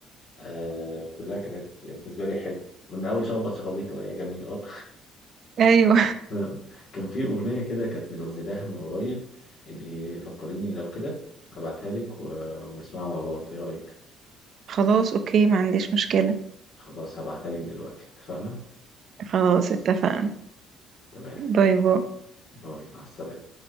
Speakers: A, on the left; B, on the right.
A: آه كلها كانت بالنسبة لي حلوة من أول شخبط شخابيطه آه جميل أه
B: ايوه
A: <laughs> كان في أغنية كده كانت منزلاها من قريب ابقي فكريني لو كده هبعتها لك و- ونسمعها مع بعض إيه رأيك؟
B: <laughs> خلاص اوكي ما عنديش مشكلة
A: خلاص هبعتها لك دلوقتي اتفقنا؟
B: خلاص اتفقنا
A: تمام
B: باي باي
A: باي مع السلامة